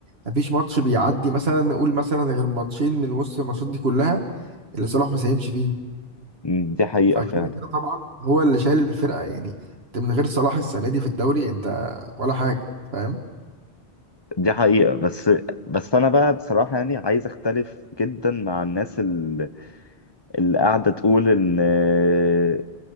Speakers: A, on the right; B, on the left.
A: مفيش ماتش بيعدي مثلا نقول مثلا غير ماتشين من وسط الماتشات دي كلها اللي صلاح ما ساهمش فيهم
B: م، دي حقيقة
A: فكده
B: فعلا
A: كده طبعا هو اللي شايل الفرقه يعني انت من غير صلاح السنه دي في الدوري انت ولا حاجه فاهم
B: دي حقيقة بس بس أنا بقى بصراحة يعني عايز أختلف جدا مع الناس ال- اللي قاعدة تقول إن آه،